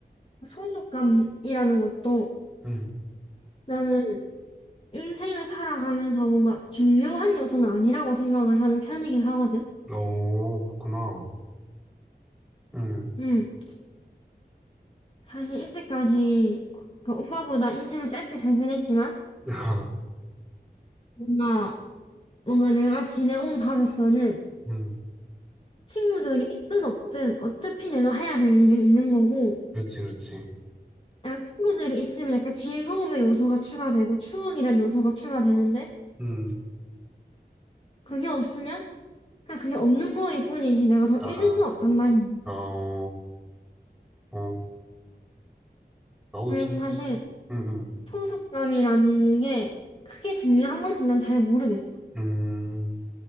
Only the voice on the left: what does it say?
소속감이라는 것도
나는 인생을 살아가면서 뭔가 중요한 요소는 아니라고 생각을 하는 편이긴 하거든.
음, 사실 이때까지 그 오빠보다 인생을 짧게 살긴 했지만
뭔가 뭔가 내가 지내온 바로서는
친구들이 있든 없든 어차피 내가 해야 될 일이 있는 거고
약간 친구들이 있으면 약간 즐거움의 요소가 추가되고 추억이란 요소가 추가되는데
그게 없으면 그냥 그게 없는 거일 뿐이지 내가 더
잃는 건 없단 말이지.
그래서
사실
통속감이라는 게 크게 중요한 건지 난 잘 모르겠어.